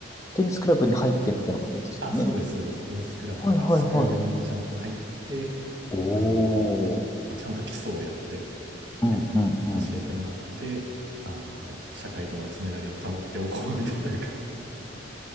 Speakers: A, on the left; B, on the right.
A: テニスクラブに入ってみたいなことですよね。
B: あ、そうです、そうです。テニスクラブとかスクールにちゃんと入って、
A: はいはいはい。お
B: あのーまあちゃんと基礎をやって、
A: ー。うんうんうん。
B: で、教えてもらって、あのー社会とのつながりを保っておこうみたいな感じ